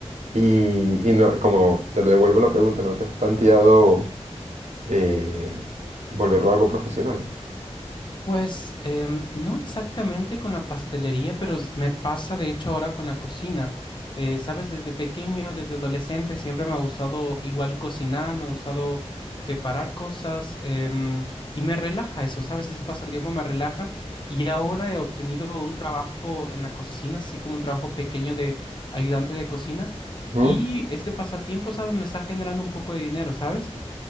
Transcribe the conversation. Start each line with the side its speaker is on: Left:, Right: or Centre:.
Right: Y, y no, como te lo devuelvo la pregunta, ¿no te has planteado... eh, volverlo algo profesional.
Left: Pues em, no exactamente con la pastelería, pero s- me pasa de hecho ahora con la cocina. Eh, ¿sabes? Desde pequeño, desde adolescente, siempre me ha gustado igual cocinar, me ha gustado preparar cosas em, y me relaja eso, ¿sabes? Ese pasatiempo me relaja y ahora he obtenido un trabajo en la cocina, así como un trabajo pequeño de ayudante de cocina
Right: ¿Mm?
Left: y este pasatiempo, ¿sabes? Me está generando un poco de dinero, ¿sabes?